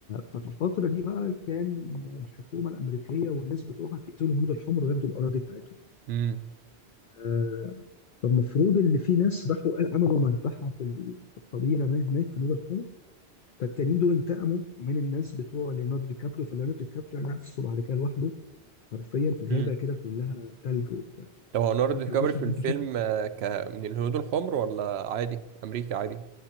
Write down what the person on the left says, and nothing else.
ففي الفترة دي بقى كان الحكومة الأمريكية والناس بتوعها قتلوا الهنود الحمر وياخدوا الأراضي بتاعتهم
آه، فالمفروض اللي في ناس راحوا قال- عملوا مذبحة في ال- في القبيلة ما هناك في نور الحرب فالتانيين دول انتقموا من الناس بتوع ليوناردو دي كابريو فليوناردو دي كابريو يعني نفسه بعد كده لوحده حرفيا في غابة
كده كلها تلج وبتاع
حتى
المشهد
اللي
انت شفته